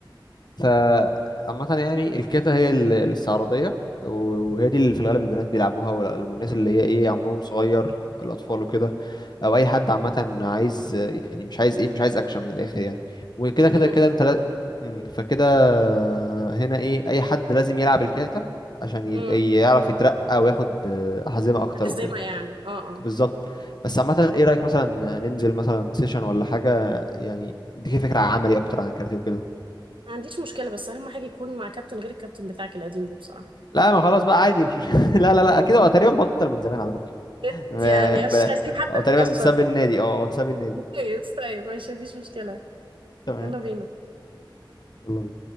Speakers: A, on the left (about 55°); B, on the right (about 85°).
A: فعامة يعني الكاتا هي ال- الاستعراضية وهي دي اللي في الغالب البنات بيلعبوها وال- والناس اللي هي ايه عمرهم صغير الأطفال وكده أو أي حد عامة عايز يعني مش عايز ايه مش عايز أكشن من الآخر يعني وكده كده
B: أمم.
A: كده أنت لا مم، فكده هنا ايه أي حد لازم يلعب الكاتا عشان ي-
B: أمم.
A: يعرف يترقى وياخد أحزمة أكتر
B: تحزمة
A: وكده
B: يعني اه اه
A: بالظبط بس عامة ايه رأيك مثلا ننزل مثلا سيشن ولا حاجة يعني دي فكرة عملي أكتر عن الكاراتيه وكده
B: ما عنديش مشكلة بس أهم حاجة يكون مع كابتن غير الكابتن بتاعك القديم ده بصراحة
A: لا ما خلاص بقى عادي مش... <laughs> لا لا لا كده هو تقريبا بطل من زمان على فكرة
B: يا ريت
A: ب-
B: يعني مش
A: ب-
B: عايزين حد
A: هو تقريبا
B: مكشر
A: ساب النادي اه هو ساب النادي
B: كويس طيب ماشي مفيش مشكلة
A: تمام
B: يلا بينا
A: يلا بينا